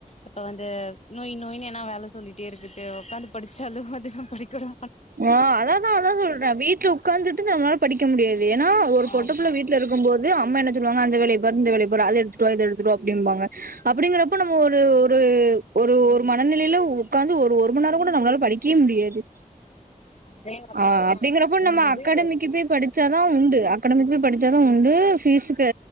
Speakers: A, on the left (about 50°); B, on the right (about 85°).
A: இப்ப வந்து நொய் நொய்னு ஏனா வேல சொல்லிட்டே இருக்குறது உக்காந்து. படிச்சாலு அதிகம் படிக்கணு.
B: ஆஹ அததா அததா சொல்ற வீட்டுல உட்காந்துட்டு நம்ம நாள படிக்க முடியாது ஏன்னா ஒரு பொட்ட
A: ஆமா
B: புள்ள வீட்ல இருக்கும்போது. அம்மா என்ன சொல்லுவாங்க அந்த வேலய பாரு இந்த வேலய பாரு அது எடுத்துட்டு வா இது எடுத். துட்டுவா அப்படிபாங்க
A: ஆ
B: அப்படிங்கறப்போ நம்ம ஒரு. ஒரு ஒரு ஒரு மனநிலையில உக்காந்து ஒரு ஒரு மணி நேரம் கூட நம்மளால படிக்கவே முடியாது.
A: அதா எங்க அக்கா
B: ஆஹ
A: சொன்னா
B: அப்படிங்கறப்போ
A: நீ
B: நம்ம
A: வந்து
B: அக்காடமிக்கு போய் படிச்சாதா உண்டு அக்காடமிக்கு போய் படிச். <unintelligible> உண்டு பீஸ்க்கு